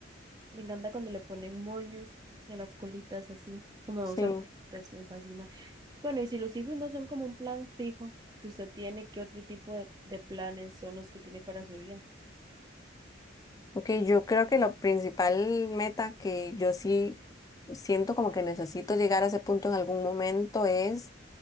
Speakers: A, on the right (about 20°); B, on the left (about 20°).
A: Me encanta cuando le ponen moños en las colitas así, como
B: Sí.
A: dos antenitas, me fascina. Bueno, y si los hijos no son como un plan fijo que usted tiene, ¿qué otro tipo de, de planes son los que tiene para su vida?
B: Ok, yo creo que la principal meta que yo sí siento como que necesito llegar a ese punto en algún momento es